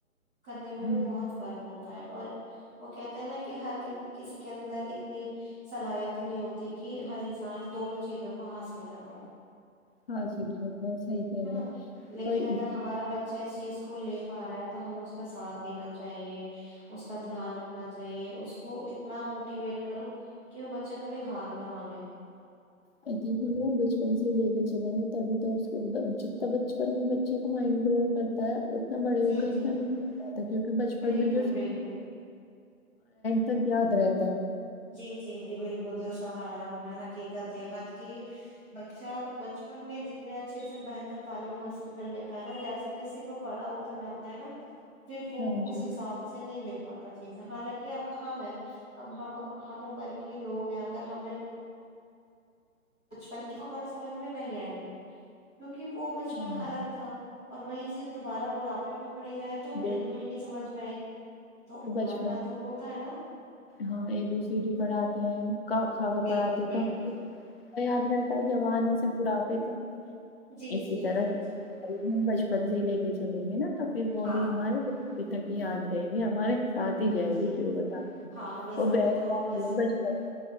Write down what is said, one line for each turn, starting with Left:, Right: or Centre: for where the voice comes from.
Centre: کرنے میں بھی
Left: ہم
Centre: بہت فرق ہوتا ہے اور وہ کہتے ہیں نا کہ ہر کسی کے اندر اتنی صلاحیت نہیں ہوتی کہ ہر انسان دونوں چیزوں کو حاصل کرتا ہے
Left: ہاں جل گ بس صحی کہہ رہے
Centre: نا لیکن
Left: کوئی
Centre: اگر ہمارا بچہ اس چیز کو لے پا رہا ہے تو ہمیں اس کا ساتھ دینا چاہیے اس کا دھیان رکھنا چاہیے اس کو اتنا موٹیویٹ کرو کہ وہ بچہ کبھی ہار نہ مانے
Left: ملو بچپن سے ہی لے کے چلے تبھی تو جتنا بچپن میں بچے کو مائنڈ گرو کرتا ہے اتنا بڑے
Centre: جی
Left: ہوگ
Centre: جی
Left: اتنا نہیں کیکہ بچپن
Centre: بالکل
Left: میں جو
Centre: بالکل
Left: تک یادرے
Centre: جی جی جی بالکل درسم ہے آپ حقیقت ہے بات کی بچہ بچپن میں جتنے اچھے سے بہتر تعلیم حاصل کر لیتا ہے نا جیسے جیسے وہ بڑا ہوتا جاتا ہے نا پھر وہ
Left: ہاں
Centre: اس
Left: جی
Centre: حساب سے نہیں لے پاتا چیز حالانکہ اب ہمیں اب ہم ہم عمر کے لوگ ہیں اگر ہمیں بچپن کی ہماری سمجھ میں نہیں آئیں گی کیونکہ وہ بچپن
Left: ہاں،
Centre: الگ تھا اور وہی چی د دوبارہ بڑا پے میں پڑی جائے تو
Left: جو
Centre: بالکل ہی نہیں سمجھ میں آئے گی تو عمر
Left: بچپن
Centre: کا تو ہوتا ہے نا
Left: ہاں اے بی سی ڈی پڑھاتے ہیں کا کا کا
Centre: بالکل
Left: پڑھاتے ہیں
Centre: بالکل
Left: تو آیا آا جوان ہی سب بڑا پے تو
Centre: جی
Left: اسی
Centre: جی
Left: طرح
Centre: جی جی
Left: بچپن سے ہی لے کے چلیں گے نا تو پھر وہ
Centre: ہاں
Left: بھی ہمارے تک یاد رہے گی ہمارے ساتھ ہی جائے
Centre: جی
Left: گی پھر بتا
Centre: ہاں بس
Left: وہ
Centre: ہمیں
Left: بیٹھ
Centre: تو
Left: جاتی
Centre: بس
Left: ہے بچپن